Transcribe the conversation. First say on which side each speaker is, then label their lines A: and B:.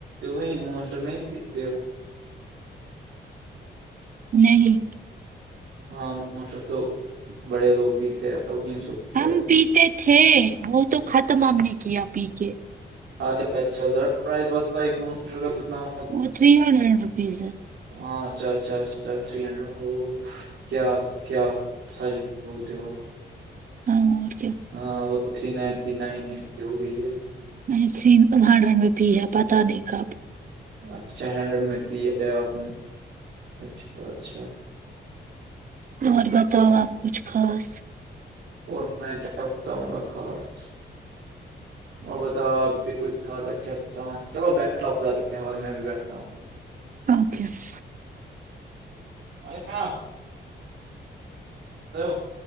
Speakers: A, on the right; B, on the right.
A: گی موسٹر نہیںتے ہو <inaudible>
B: نہیں
A: ہاں معاشر تو بڑے لوگ بھی تھے سکی
B: ہم
A: آتی
B: پیتے
A: ہے <inaudible>
B: تھے وہ تو ختم ہم نے کیا پی کے
A: اچھا اچھاذا پرائز بتا ایک مر کا کتنا <inaudible>
B: وہ تھری ہنڈریڈ روپیز ہے
A: ہاں اچھا اچھا اچھا تھ ہڈ کیا کیا <inaudible> سچ بولتے ہو
B: ہاں اور کیا <inaudible>
A: ہاں وہ تھری نائنٹی نائن کی ہو گئی ہے <inaudible>
B: میں نے سین بانڈرن میں پی ہے پتہ نہیں کب <inaudible>
A: اچھا ہینڈ میں پی اپ نے اچھا اچھا <inaudible>
B: اور بتاؤ آپ کچھ خاص
A: اور میں کیا بتاؤں گا خاص <inaudible>
B: <inaudible> <inaudible>
A: اور بت کچھ خاص اچھا س چلو بیٹھا خدا میں بھی بیٹھتا ہوں <inaudible>
B: تھینک یو <inaudible>
A: ا <inaudible> ہی <inaudible>